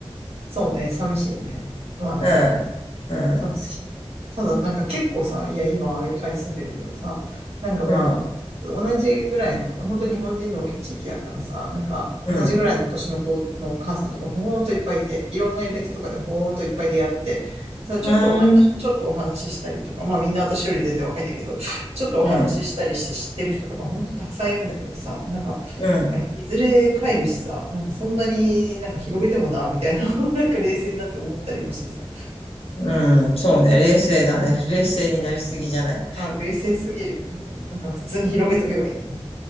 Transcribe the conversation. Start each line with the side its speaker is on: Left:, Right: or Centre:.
Right: そうね、寂しいね。まあね。
Left: うん、うん。
Right: そうそう。ただなんか結構さ、いや今アメリカに住んでるけどさ、なんかまあ、
Left: うん、
Right: 同じぐらいの、本当日本人の多い地域だからさ、なんか同じぐらいの年の子のお母さんとかほんといっぱいいて、
Left: うん、
Right: いろんなイベントとかでほんといっぱい出会って、さ、ちょっとお話、
Left: うん、
Right: ちょっとお話ししたりとか、まあみんな私より全然若いんだけど、ちょっとお話ししたりして知ってる人とかほんとたくさんいるんだけどさ、
Left: うん、
Right: なんか、
Left: う
Right: いずれ帰るしさ、なんかそんなになんか広げてもな、みたいな、<laughs> なんか冷静になって思ったりもしてさ、
Left: ん、うん、そうね、冷静だね。冷静になりすぎじゃない <laughs>
Right: あ、冷静すぎる。なんか普通に広げとけばいいのかな。